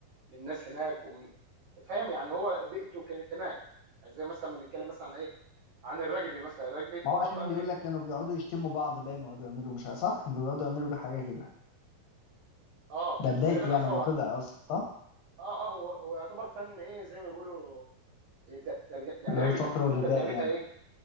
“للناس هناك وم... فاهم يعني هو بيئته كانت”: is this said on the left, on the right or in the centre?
Right